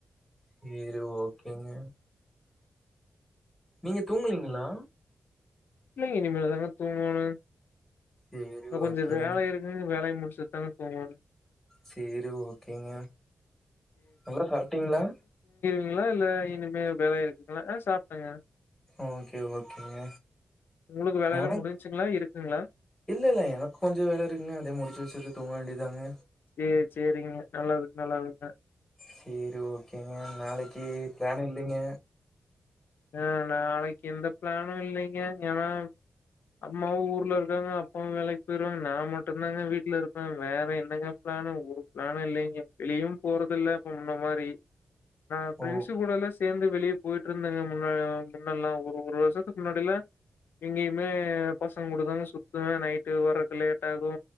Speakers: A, in the centre; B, on the left (about 80°).
A: சேரி ஓகேங்க நீங்க தூங்கலீங்களா
B: இல்லங்க இனிமேல தாங்க தூங்கோனு
A: சேரி
B: கொஞ்ச
A: ஓகேங்க
B: வேலை இருக்கு வேலய மு செத்தாங்க போங்க
A: சேரி ஓகேங்க நல்லா சாப்ட்டீங்களா
B: இல்ல இல்ல இனிமே வேலை இருக்குங்களா ஆ சாப்ட்டாங்க
A: ஓகே ஓகேங்க
B: உங்களுக்கு வேலையெல்லா
A: எனக்
B: முடிஞ்சுங்களா? இருக்குங்களா?
A: இல்ல இல்ல எனக்கு கொஞ்ச வேலை இருக்குங்க அத முடிச்சு வச்சுட்டு தூங்க வேண்டியதாங்க
B: சேரி சேரிங்க நல்லது நல்லாங்க
A: சேரி ஓகேங்க நாளைக்கு பிளான் இல்லைங்க
B: ஆஹ் நாளைக்கு எந்த பிளானு இல்லைங்க ஏன்னா அம்மாவு ஊர்ல இருக்காங்க அப்பாவு வேலைக்கு போயிருவாங்க நா மட்டுந்தாங்க வீட்டுல இருப்பே வேற என்னங்க பிளானு ஒரு பிளானு இல்லைங்க வெளியு போறதல்ல இப்ப முன்ன மாதிரி நா ப்ரெண்ட்ஸ்
A: ஓ
B: கூடல்லா சேந்து வெளியே போயிட்டு இருந்தேங்க மு ன்ன முன்னல்லா ஒரு ஒரு வருஷத்துக்கு முன்னாடில்லா எங்கயுமே பசங்க கூடதா சுத்துவே நைட்டு வர்றக்கு லேட் ஆகு